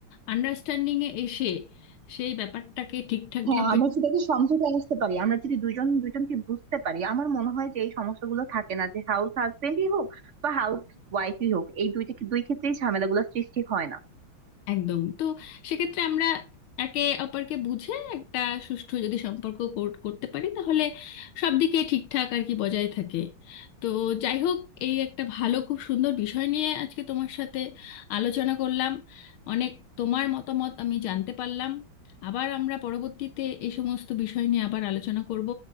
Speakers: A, on the left; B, on the right.
A: আন্ডারস্ট্যান্ডিং এ এসে সেই ব্যাপারটাকে ঠিকঠাক
B: হ্যাঁ
A: ভাবে
B: আমরা যদি একটা সমঝোতায় আসতে পারি আমরা যদি দুজন দুজনকে বুঝতে পারি আমার মনে হয় যে এই সমস্যাগুলো থাকে না যে হাউস হাজবেন্ডই হোক বা হাউস ওয়াইফই হোক এই দুইটা দুই ক্ষেত্রেই ঝামেলাগুলো সৃষ্টি হয় না
A: একদম তো সেক্ষেত্রে আমরা একে অপরকে বুঝে একটা সুষ্ঠু যদি সম্পর্ক কর- করতে পারি তাহলে সব দিকে ঠিকঠাক আর কি বজায় থাকে তো যাই হোক এই একটা ভালো খুব সুন্দর বিষয় নিয়ে আজকে তোমার সাথে আলোচনা করলাম অনেক তোমার মতামত আমি জানতে পারলাম আবার আমরা পরবর্তীতে এই সমস্ত বিষয় নিয়ে আবার আলোচনা করব